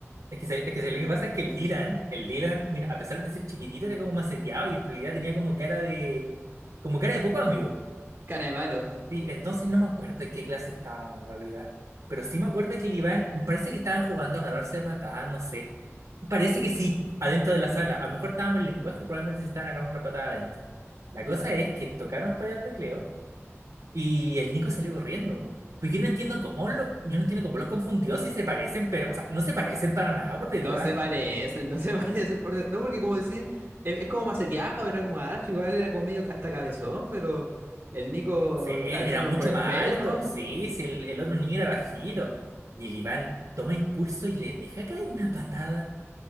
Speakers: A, on the right (about 80°); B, on the right (about 40°).
A: Es que, se- es que se- lo que pasa es que el Dylan, el Dylan, mira, a pesar de ser chiquitito, era como maceteado y en realidad tenía como cara de, como cara de poco amigo.
B: Cara de malo,
A: Sí, entonces no me acuerdo de qué clase estábamos en realidad. Pero sí me acuerdo que el Iván, parece que estaban jugando a agarrarse a patadas, no sé. Parece que sí, adentro de la sala. A lo mejor estábamos en lenguaje y probablemente se estaban agarrando a patada adentro. La
B: ¿ya?
A: cosa es que tocaron para el recreo y el Nico salió corriendo, po. Pues yo no entiendo cómo lo, yo no entiendo cómo los confundió si se parecen, pero, o sea, no se parecen para nada por detrás.
B: No se parecen, no se <laughs> parecen. por- No, porque como decía, es, es como maceteado, era como ah igual era como medio hasta cabezón, pero el Nico,
A: Sí, era
B: el cabezón
A: mucho
B: por el
A: más
B: pelo
A: alto,
B: nomás.
A: sí, sí, el, el otro niño era bajito. Y el Iván toma impulso y le deja caer una patada.